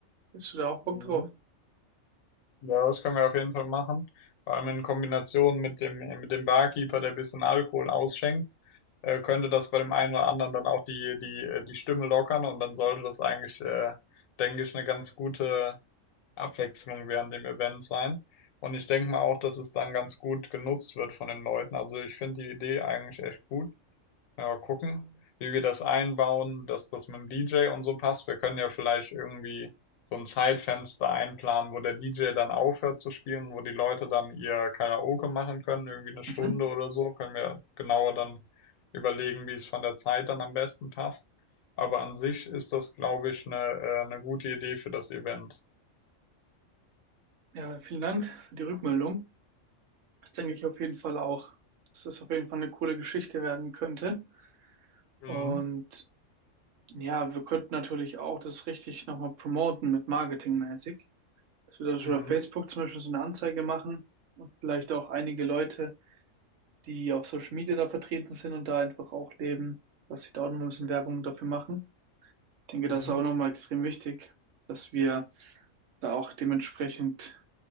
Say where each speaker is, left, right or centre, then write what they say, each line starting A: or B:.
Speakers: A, on the right (about 75°); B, on the left (about 85°).
A: Bist du da auch Bock
B: Mhm.
A: drauf?
B: Ja, das können wir auf jeden Fall machen. Vor allem in Kombination mit dem, äh, mit dem Barkeeper, der ein bisschen Alkohol ausschenkt, äh, könnte das bei dem einen oder anderen dann auch die, die, äh, die Stimme lockern und dann sollte das eigentlich, äh, denke ich, eine ganz gute Abwechslung während dem Event sein. Und ich denke mal auch, dass es dann ganz gut genutzt wird von den Leuten. Also ich finde die Idee eigentlich echt gut. Ja, gucken, wie wir das einbauen, dass das mit dem DJ und so passt. Wir können ja vielleicht irgendwie so ein Zeitfenster einplanen, wo der DJ dann aufhört zu spielen, wo die Leute dann ihr Karaoke machen können, irgendwie eine Stunde
A: Mhm.
B: oder so. Können wir genauer dann überlegen, wie es von der Zeit dann am besten passt. Aber an sich ist das, glaube ich, eine, äh, eine gute Idee für das Event.
A: Ja, vielen Dank für die Rückmeldung. Das denke ich auf jeden Fall auch, dass das auf jeden Fall eine coole Geschichte werden könnte.
B: Mhm.
A: Und ja, wir könnten natürlich auch das richtig nochmal promoten mit marketingmäßig. Dass wir da
B: Mhm.
A: schon auf Facebook zum Beispiel so eine Anzeige machen und vielleicht auch einige Leute die auf Social Media da vertreten sind und da einfach auch leben, dass sie da auch noch mal ein bisschen Werbung dafür machen. Ich denke,
B: Mhm.
A: das ist auch nochmal extrem wichtig, dass wir da auch dementsprechend